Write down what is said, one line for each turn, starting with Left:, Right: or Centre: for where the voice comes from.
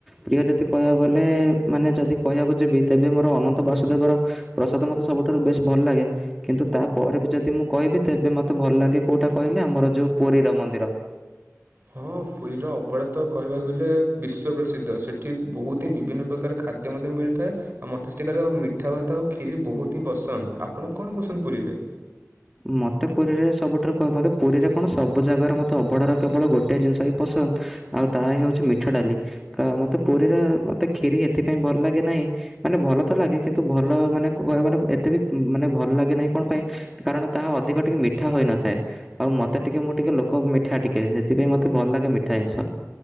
Centre: ପ୍ରିୟ ଯଦି କହିବାକୁ ଗଲେ ମାନେ ଯଦି କହିବାକୁ ଯିବି ତେବେ ମୋର ଅନନ୍ତ ବାସୁଦେବର ପ୍ରସାଦ ମତେ ସବୁଠାରୁ ବେଶ ଭଲ ଲାଗେ। କିନ୍ତୁ ତାପରେ ବି ଯଦି ମୁଁ କହିବି ତେବେ, ମତେ ଭଲ ଲାଗେ କୋଉଟା କହିଲେ ଆମର ଯୋଉ ପୁରୀର ମନ୍ଦିର।
Right: ହଁ, ପୁରୀର ଅବହଳା ତ କହିବାକୁ ଗଲେ ବିଶ୍ଵ ପ୍ରସିଦ୍ଧ। ସେଠି ବହୁତ ହିଁ ବିଭିନ୍ନ ପ୍ରକାର ଖାଦ୍ୟ ମଧ୍ୟ ମିଳିଥାଏ, ଆଉ ମତେଷ୍ଟଠିକାର ମିଠା ଭାତ ଆଉ କ୍ଷୀରି ବହୁତ ହିଁ ପସନ୍ଦ। ଆପଣ କଣ ବସନ୍ଦ ପୁରୀରେ?
Centre: ମତେ ପୁରୀରେ ସବୁଠାରୁ କହ ମତେ ପୁରୀରେ କଣ ସବୁ ଜାଗାର ମତେ ଅବଢାର କେବଳ ଗୋଟଏ ଜିନିଷ ହିଁ ପସନ୍ଦ ଆଉ ତାହା ହି ହଉଛି ମିଠା ଡାଲି। ମତେ ପୁରୀରେ ମତେ କ୍ଷୀରି ଏଥିପାଇଁ ଭଲ ଲାଗେ ନାହିଁ। ମାନେ ଭଲ ତ ଲାଗେ କିନ୍ତୁ ଭଲ ମାନେ କହ ମାନେ ଏତେ ବି ମାନେ ଭଲ ଲାଗେ ନାହିଁ କଣ ପାଇଁ କାରଣ ତାହା ଅଧିକ ଟିକେ ମିଠା ହୋଇନଥାଏ। ଆଉ ମୋତେ ଟିକେ ମୁଁ ଟିକେ ଲୋକ ମିଠା ଟିକେ, ସେଥିପାଇଁ ମୋତେ ଭଲ ଲାଗେ ମିଠା ଜିନିଷ।